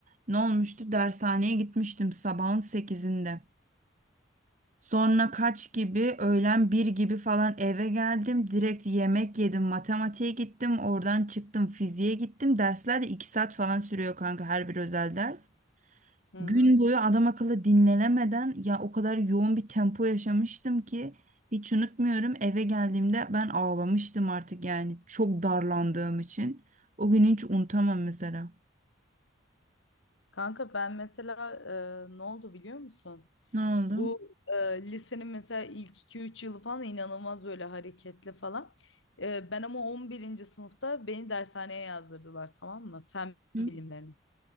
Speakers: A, on the right; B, on the left.
A: ne olmuştu? Dershaneye gitmiştim sabahın sekizinde Sonra kaç gibi öğlen bir gibi falan eve geldim. Direkt yemek yedim. Matematiğe gittim. Oradan çıktım. Fiziğe gittim. Dersler de 2 saat falan sürüyor kanka her bir özel ders.
B: Hı hı.
A: Gün boyu adam akıllı dinlenemeden ya o kadar yoğun bir tempo yaşamıştım ki hiç unutmuyorum. Eve geldiğimde ben ağlamıştım artık yani çok darlandığım için. O günü hiç unutamam mesela.
B: Kanka ben mesela e, ne oldu biliyor musun?
A: Ne oldu?
B: Bu e, lisenin mesela ilk 2-3 yılı falan inanılmaz böyle hareketli falan. E, ben ama 11. sınıfta beni dershaneye yazdırdılar tamam mı? Fen
A: Hı?
B: bilimlerini.